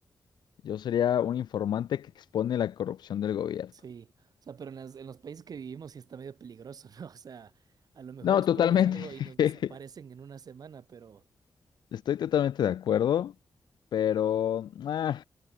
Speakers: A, on the left; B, on the right.
A: yo sería un informante que expone la corrupción del gobierno.
B: Sí, o sea, pero en, las- en los países que vivimos sí está medio peligroso, ¿no? <laughs> O sea, a lo mejor
A: No,
B: expones
A: totalmente.
B: algo y nos desaparecen
A: <laughs>
B: en una semana, pero,
A: Estoy totalmente de acuerdo, pero ah,